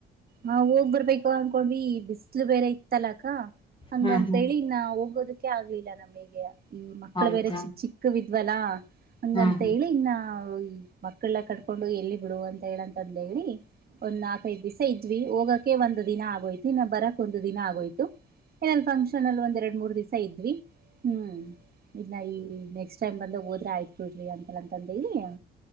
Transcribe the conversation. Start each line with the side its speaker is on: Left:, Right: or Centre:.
Right: ನಾವ್ ಹೋಗ್ ಬರ್ಬೇಕ ಅನ್ಕೊಂಡ್ವಿ ಬಿಸ್ಲು ಬೇರೆ ಇತ್ತಲ್ಲ ಕ್ಕ ಹಂಗಂತ
Left: ಹ್ಮ್ ಹ್ಮ್
Right: ಹೇಳಿ ನಾ ಹೋಗೋದಕ್ಕೆ ಆಗ್ಲಿಲ್ಲ ನಮಗೆ ಈ ಮಕ್ಳು
Left: ಹೌದಾ
Right: ಬೇರೆ ಚಿಕ್ಕ ಚಿಕ್ಕವಿದ್ವಲ್ಲಾ ಹಂಗಂತ
Left: ಹ್ಮ್
Right: ಹೇಳಿ ಇನ್ನ ಹ್ಮ ಮಕ್ಕಳ್ನ ಕಟ್ಕೊಂಡು ಎಲ್ಲಿ ಬಿಡುವ ಅಂತ ಹೇಳಂತ ಅಂದ ಹೇಳಿ ಒಂದ್ ನಾಕೖದು ಇದ್ವಿ ಹೋಗೋಕ್ಕೆ ಒಂದ ದಿನ ಆಗೋಯ್ತು. ದಿನ ಬರಕ್ ಒಂದ ದಿನ ಆಗೋಯ್ತು ಫಂಕ್ಷನ್ ಅಲ್ಲಿ ಒಂದ್ ಎರಡ್ ಮೂರ್ ದಿವಸ ಇದ್ವಿ ಹ್ಮ್ ಇಲ್ಲ ಈ ನೆಕ್ಸ್ಟ್ ಟೈಮ್ ಬಂದಾಗ್ ಹೋದ್ರೆ ಆಯ್ತ ಬಿಡ್ರಿ ಅಂತಲ್ಲ ಅಂತಂದ ಹೇಳಿ ಹಾ.